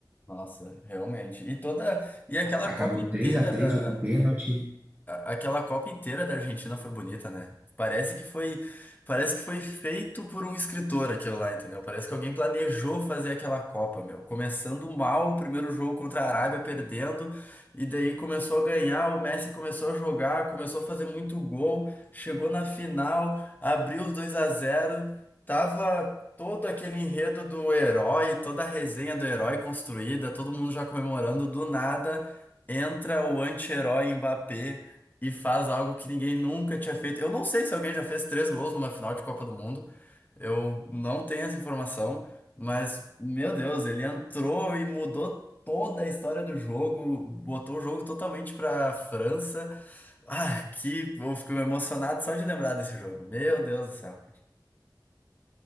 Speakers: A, on the left; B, on the right.
A: Nossa, realmente. E toda, e aquela
B: Acabou
A: Copa inteira
B: 3 a 3,
A: da
B: foi pro pênalti.
A: a- aquela Copa inteira da Argentina foi bonita, né? Parece que foi, parece que foi feito por um escritor aquilo lá, entendeu? Parece que alguém planejou fazer aquela Copa, meu. Começando mal o primeiro jogo contra a Arábia, perdendo, e daí começou a ganhar, o Messi começou a jogar, começou a fazer muito gol, chegou na final, abriu os dois a zero tava todo aquele enredo do herói, toda a resenha do herói construída, todo mundo já comemorando do nada. Entra o anti-herói Mbappé e faz algo que ninguém nunca tinha feito. Eu não sei se alguém já fez três gols numa final de Copa do Mundo. Eu não tenho essa informação, mas, meu Deus, ele entrou e mudou toda a história do jogo, botou o jogo totalmente pra França. Ah, que, eu fico emocionado só de lembrar desse jogo. Meu Deus do céu.